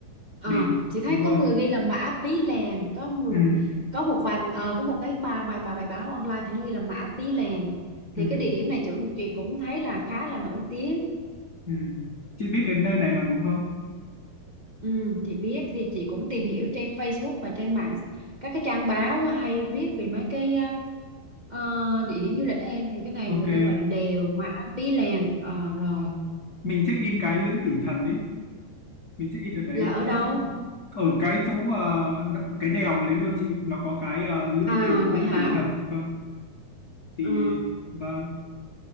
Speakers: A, on the right (about 25°); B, on the left (about 50°).
A: À,
B: đến
A: chị thấy
B: đúng rồi
A: có người ghi là mã Pí Lèng, có người
B: ừ,
A: có một vài ờ, có một cái bài vài bài bài báo online thì nó ghi là mã Pí Lèng. Thì
B: ừ.
A: cái địa điểm này chị, chị cũng thấy là khá là nổi tiếng
B: Ừ. Chị biết cái nơi này mà đúng không?
A: Ừ, chị biết thì chị cũng tìm hiểu trên Facebook và trên mạng các cái trang báo hay viết về mấy cái à, ờ, địa điểm du lịch đó em thì cái này
B: Ok,
A: người ta gọi là đèo Mã Pí Lèng Ờ, rồi
B: mình check in cái lưỡi tử thần đi. Mình check in ở đấy
A: là ở
B: em
A: đâu
B: chỗ ở cái chỗ ờ, đ- cái đèo đấy luôn chị, nó có cái ờ, lưỡi
A: à
B: tử lưỡi
A: vậy hả
B: tử thần. Vâng, thì
A: Ờ,
B: vâng,